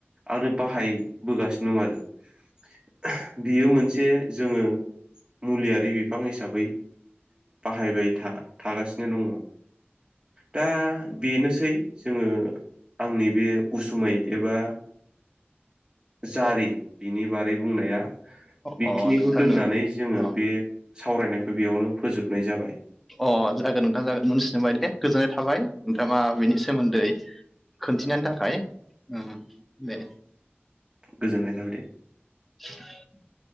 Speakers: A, on the right; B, in the centre.
A: आरो बाहायबोगासिनो दं आरो। बियो मोनसे जोङो मुलियारि बिफां हिसाबै बाहायबाय था- थागासिनो दङ। दा बेनोसै जोङो आंनि बे उसुमै एबा जारि बिनि बारै बुंनाया।
B: अ
A: बेखिनिखौ
B: अ नोंथांनो
A: दोननानै जोङो
B: अ
A: बे सावरायनायखौ बेयावनो फोजोबनाय जाबाय।
B: अ जागोन नोंथां जागोन मोनथिनोबाय दे गोजोननाय थाबाय नोंथाङा मा बेनि सोमोन्दै खोनथिनानो थाखाय उम दे।
A: गोजोननाय थाबायदे।
B: <inaudible>